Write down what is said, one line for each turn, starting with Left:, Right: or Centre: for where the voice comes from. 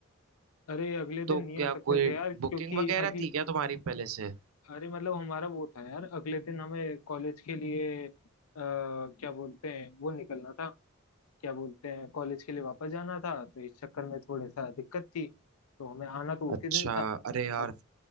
Left: अरे अगले दिन
Right: तो
Left: नहीं
Right: क्या
Left: आ सकते
Right: कोई
Left: थे यार क्योंकि
Right: बुकिंग वगैरह
Left: अगले
Right: थी क्या तुम्हारी पहले से
Left: अरे मतलब हमारा वो था यार अगले दिन हमें कॉलेज के लिए आ, क्या बोलते हैं वो निकलना था क्या बोलते हैं कॉलेज के लिए वापस जाना था तो इस चक्कर में थोड़ी सा दिक्कत थी तो हमें आना तो
Right: अच्छा
Left: उसी दिन था
Right: अरे यार
Left: अब